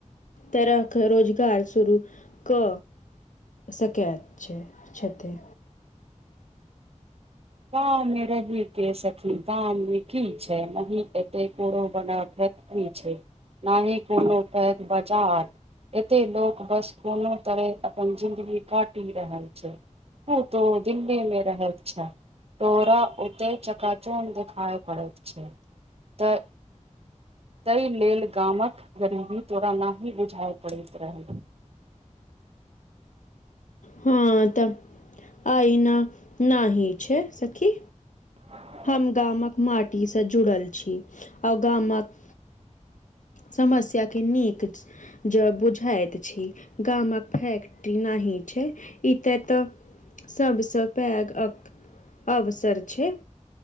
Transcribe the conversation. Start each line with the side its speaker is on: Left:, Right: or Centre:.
Left: तरहख रोजगार शुरू क। सकैय छैय छते!
Right: गाँव मे रही के सखी गा मे की छैय मही एते कोड़ो बना क। नही छैय ना ही कोनो पैघ बजार। एते लोक बस कोनो तरहे अपन जिंन्दगी काटि रहल छैय। हैं तो दिल्ली मे रहै छै। तोरा ओते चकाचौंध देखाई पड़ैत छैय तऽ। तै लेल गामक गरीबी तोरा नाहि बुझाए पड़ैत रहै।
Left: हँ त अइना ना ही छैय सखी।
Right: ससससस <unintelligible>
Left: हम गामक माटी स जुड़ल छी आऔ गामक। समस्या के निक। ज बुझाइत छी गामक फैक्ट्री नही छैय। ईतय एतऽ सभसँ पैघ अक अवसर छेय।